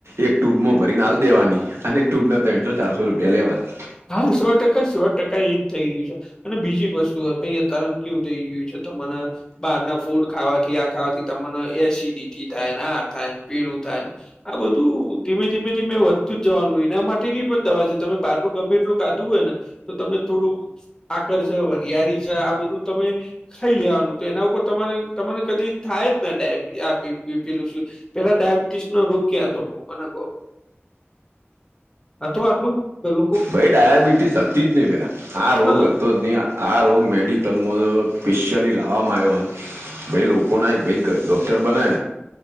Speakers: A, on the right; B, on the left.
A: એક ટુબ માં ભરીને હાલ દેવાની અને ટ્યુબ ના ત્રણસો ચારસો રૂપિયા લેવાના
B: હા સો ટકા સો ટકા એજ થઈ રહ્યું છે અને બીજી એક વસ્તુ ભાઈ અયા તારમ કેવું થઈ ગયું છે તમારા બહારના ફૂડ ખાવાથી આ ખાવાથી તને એસિડિટી થાયને આ થાયને પીલું થાયને આ બધું ધીમે ધીમે ધીમે વધતું જ જવાનું એના માટેની પણ દવા છે તમે બહારનું ગમે એટલું ગાધું હોય ને, તો તમે થોડું સાકર છે વરયળારી છે આ બધું તમે ખાઈ લેવાનું તો એના ઉપર તમારે તને કદી થાય જ ને ડબ પેલું. પેલા ડાયાબિટીસ નો રોગ ક્યાં હતો મનેહ. હા તો આટલું પેલું
A: ભાઈ ડયાબિટીસ અતિ જ નહી પેરા આ રોગ
B: હા.
A: તો તહીં આ રોગ મેડિકલમાં સ્પેશિયલી લાવવામાં આવ્યો હોય. ભાઈ લોકો ના એક ભાઈ ડોક્ટર બને.